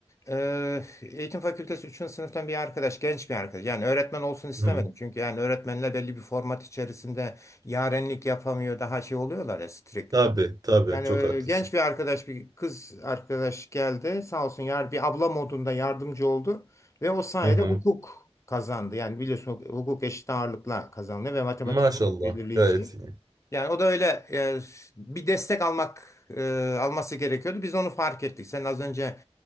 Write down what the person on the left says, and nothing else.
e, eğitim fakültesi üçüncü sınıftan bir arkadaş, genç bir arkadaş. Yani öğretmen olsun istemedim.
Çünkü yani öğretmenler belli bir format içerisinde yarenlik yapamıyor, daha şey oluyorlar ya strict.
Yani
e,
genç bir arkadaş, bir kız arkadaş geldi. Sağ olsun yar, bir abla modunda yardımcı oldu. Ve o sayede
hukuk kazandı. Yani biliyorsun hukuk eşit ağırlıkla kazandı ve matematik
belirleyici.
Yani o da öyle e, bir destek almak e, alması gerekiyordu. Biz onu fark ettik. Sen az önce